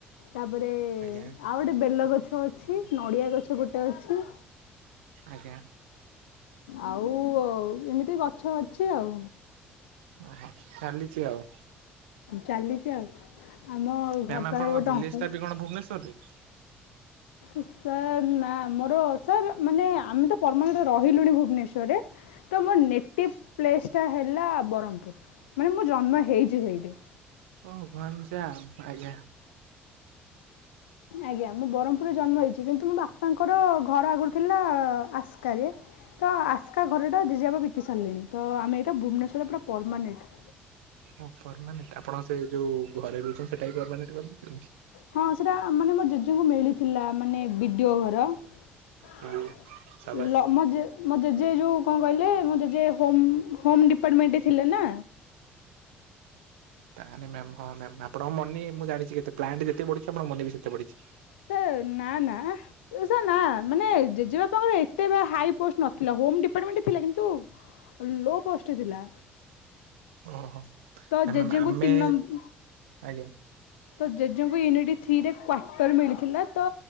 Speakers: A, on the left; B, on the right.
A: ତାପରେ
B: ଆଜ୍ଞା
A: ଆଉ ଗୋଟେ ବେଲ ଗଛ। ଅଛି ନଡ଼ିଆ ଗଛ ଗୋଟେ ଅଛି।
B: ଆଜ୍ଞା।
A: ଆଉ ଏମିତି ଗଛ ଅଛି ଆଉ।
B: ଓହୋ ଚାଲିଛି ଆଉ।
A: ଚାଲିଛି ଆଉ ଆମ
B: ମ୍ୟାମ୍
A: ଘର ପାଖରେ
B: ଆପଣଙ୍କ
A: ଗୋଟେ
B: ଭିଲେଜ
A: ଅଙ୍କଲ
B: ଟା ବି କଣ ଭୁବନେଶ୍ୱର ରେ?
A: ସାର୍ ନା ମୋର ସାର୍ ମାନେ ଆମେ ତ ପରମାନେଟ ରହିଲୁଣି ଭୁବନେଶ୍ୱର ରେ। ତ ମୋ ନେଟିଭ୍ ପ୍ଲେସଟା ହେଲା ବରମପୁର ମାନେ ମୁଁ ଜନ୍ମ ହେଇଛି ସେଇଠି।
B: ଓ ଗଞ୍ଜାମ ଆଜ୍ଞା।
A: ଆଜ୍ଞା ମୁଁ ବ୍ରହ୍ମପୁରରେ ଜନ୍ମ ହେଇଛି କିନ୍ତୁ ମୋ ବାପାଙ୍କର ଘର ଆଗରୁ ଥିଲା ଆସ୍କାରେ। ତ ଆସ୍କା ଘରଟା ଜେଜେବା ବିକି ସାରିଲେଣି ତମେ ଏଇଟା ଭୁବନେଶ୍ୱରରେ ପୁରା ପରମାନେଣ୍ଟ।
B: ହଁ ପରମାନେଣ୍ଟ ଆପଣ ସେ ଯୋଉ ଘରେ ରହୁଛନ୍ତି ସେଟା ହିଁ ପରମାନେଣ୍ଟ କର <unintelligible>
A: ହଁ ସେଟା ମାନେ ମୋ ଜେଜେଙ୍କୁ ମିଳିଥିଲା ମାନେ ବିଡିଓ ଘର। <unintelligible>
B: ହୁଁ ସାବାସ୍।
A: ମୋ ଜେଜେ ଯୋଉ କଣ କହିଲେ ମୋ ଜେଜେ ହୋ ହୋମ ଡିପାର୍ଟମେଣ୍ଟରେ ଥିଲେ ନା।
B: ତା ନଁ ମ୍ୟାମ ହଁ ମ୍ୟାମ୍ ଆପଣଙ୍କ ମନି ମୁଁ ଜଣିଛି କେତେ ପ୍ଲାନ୍ଟ ଯେତେ ବଢିଛି ଆପଣଙ୍କ ମନି ବି ସେତେ ବଢ଼ିଛି।
A: ସେ ନା ନା ସେ ନା। ମାନେ ଜେଜେବାପାଙ୍କର ଏତେ ହାଇ ପୋଷ୍ଟ ନଥିଲା ହୋମ ଡିପାର୍ଟମେଣ୍ଟ ଥିଲା, କିନ୍ତୁ ଲୋ ପୋଷ୍ଟ ଥିଲା।
B: ଓହ ତାଲେ
A: ତ ଜେଜେଙ୍କୁ
B: ଆମେ
A: ତିନି ନମ୍ବର
B: ଆଜ୍ଞା।
A: ତ ଜେଜେଙ୍କୁ ୟୁନିଟ ଥ୍ରୀରେ କ୍ଵାର୍ଟର ମିଳିଥିଲା ତ